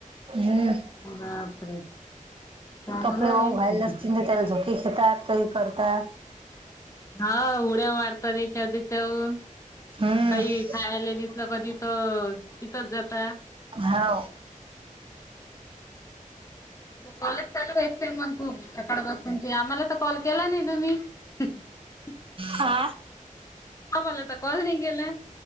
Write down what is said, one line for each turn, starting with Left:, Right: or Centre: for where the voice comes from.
Right: हम्म.
Left: बापरे चांगलं
Right: कपडे वो
Left: आहे
Right: घालले असतील त्याला झोके येतात काही करतात
Left: हा उड्या मारतात चद चवून
Right: हम्म
Left: काही खायला दिसलं कधी तर तिथंच जात
Right: हा
Left: कॉलेज चालूेतते मग खूप सकाड बसूनची आम्हाला तर कॉल केला नाही तुम्ही --
Right: हा
Left: आमलाता कोल नाही केलाय